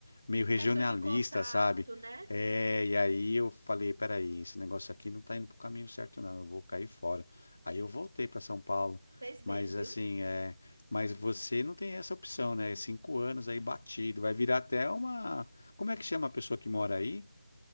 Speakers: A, on the left; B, on the right.
A: meio regionalista,
B: Questão de contato,
A: sabe?
B: né?
A: É, e aí eu falei, peraí, esse negócio aqui não tá indo pro caminho certo, não. Eu vou cair fora. Aí eu voltei para São Paulo,
B: Fez bem,
A: mas
B: viu?
A: assim, é, mas você não tem essa opção, né? Cinco anos aí batido, vai virar até uma, como é que chama a pessoa que mora aí?